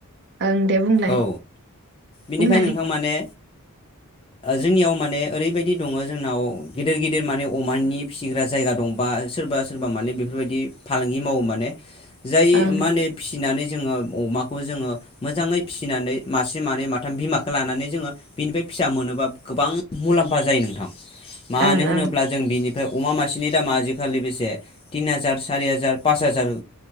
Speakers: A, on the right; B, on the left.
A: ओं दे बुंलाय
B: औ बिनिफ्राय
A: बुंनाय
B: नोंथां माने जोंनियाव माने ओरैबायदि दङ जोंनाव गिदिर गिदिर माने अमानि फिसिग्रा जायगा दंबा सोरबा सोरबा माने बेफोरबायदि फालांगि मावो माने जाय
A: ओं
B: माने फिसिनानै जोङो अमाखौ जोङो मोजाङै फिसिनानै मासे मानै माथाम बिमाखौ लानानै जोङो बिनिफ्राय फिसा मोनोबा गोबां मुलाम्फा जायो नोंथां मानो
A: ओं
B: होनोब्ला
A: ओं
B: जों बिनि अ अमा मासेनि दामा आजिखालि बेसे तिन हाजार सारि हाजार पास हाजार